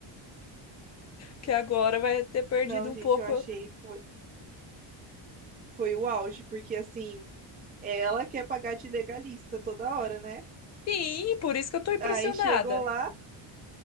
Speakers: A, on the left; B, on the right.
A: que agora vai ter perdido
B: Não,
A: um
B: gente,
A: pouco.
B: eu achei foi, foi o auge, porque assim, ela quer pagar de legalista toda hora, né?
A: Sim, por isso que eu tô impressionada.
B: Aí chegou lá